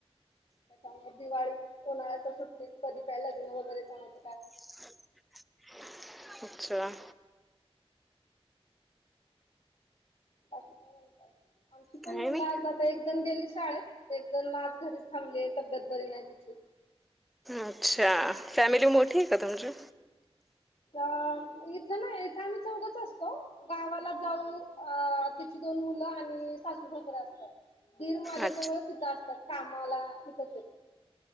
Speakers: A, on the left; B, in the centre.
A: आता मग दिवाळीत, उन्हाळ्याच्या सुट्टीत, कधी काय लग्न वगैरे झा
B: <unintelligible> अच्छा.....
A: बाकी काय म्हणतंय,.. आमची पण
B: काही
A: मुलं
B: नाही.
A: एक जण गेली शाळेत. एक जण आज घरीच थांबलीये, तब्येत बरी नाही तिची.
B: अच्छा, फॅमिली मोठी आहे का तुमची?
A: अ इथं नाही, इथं आम्ही चौघचं असतो गावाला जाऊ अ त्याची दोन मुलं आणि सासू, सासरे असतात, दीर माझ्या
B: अच्छा.
A: जवळचं इथं असतात. कामाला इथंच आहेत.